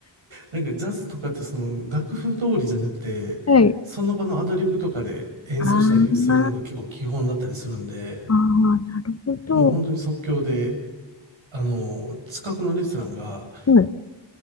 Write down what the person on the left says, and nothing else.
はい。
あーあー、なるほど。
うん。